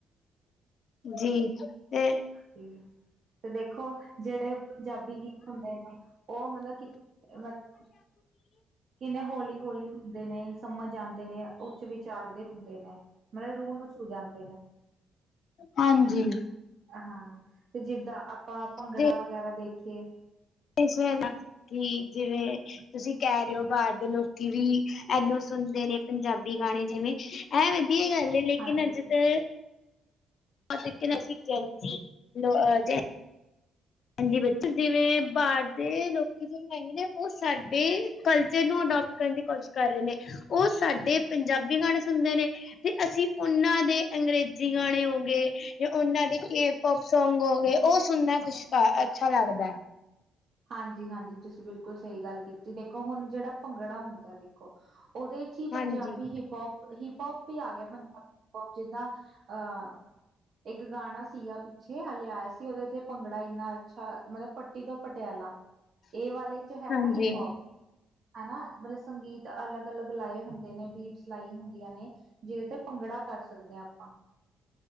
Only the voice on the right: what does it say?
ਤੇ, ਤੇ ਦੇਖੋ ਜਿਹੜੇ ਪੰਜਾਬੀ ਗੀਤ ਹੁੰਦੇ ਨੇ, ਉਹ ਮਤਲਬ ਕਿ, ਮਤਲਬ ਕਿੰਨੇ ਹੌਲੀ-ਹੌਲੀ ਹੁੰਦੇ ਨੇ, ਸਮਝ ਆਂਦੇ ਨੇ ਉੱਚ ਵਿਚਾਰ ਦੇ ਹੁੰਦੇ ਨੇ, ਮਤਲਬ ਰੂਹ ਨੂੰ ਛੂ ਜਾਂਦੇ ਨੇ।
ਹਾਂ, ਤੇ ਜਿੱਦਾਂ ਆਪਾਂ ਭੰਗੜਾ
ਵਗੈਰਾ ਦੇਖੀਏ
ਹਾਂਜੀ
ਹਾਂਜੀ-ਹਾਂਜੀ, ਤੁਸੀਂ ਬਿਲਕੁਲ ਸਹੀ ਗੱਲ ਕੀਤੀ, ਦੇਖੋ ਹੁਣ ਜਿਹੜਾ ਭੰਗੜਾ ਹੁੰਦਾ ਦੇਖੋ, ਓਹਦੇ ਹੀ
ਪੰਜਾਬੀ ਹਿਪ-ਹੌਪ, ਹਿਪ-ਹੌਪ ਵੀ ਆਗਿਆ ਪੰਜਾਬੀ ਹਿਪ-ਹੌਪ ਜਿੱਦਾਂ, ਅਹ ਇੱਕ ਗਾਣਾ ਸੀਗਾ ਪਿੱਛੇ ਹਲੇੇ ਆਇਆ ਸੀ, ਓਹਦੇ ਤੇ ਭੰਗੜਾ ਇੰਨਾ ਅੱਛਾ, ਮਤਲਬ ਪੱਟੀ ਤੋ ਪਟਿਆਲਾ, ਇਹ ਵਾਲੇ'ਚ ਹੈਗਾ
ਹਿਪ-ਹੌਪ। ਹੈਨਾ, ਮਤਲਬ ਸੰਗੀਤ ਅਲੱਗ-ਅਲੱਗ ਲਾਏ ਹੁੰਦੇ ਨੇ, ਬੀਟਸ ਲਾਈ ਹੁੰਦੀਆਂ ਨੇ। ਜਿਹਦੇ ਤੇ ਭੰਗੜਾ ਕਰ ਸਕਦੇ ਆ, ਆਪਾਂ।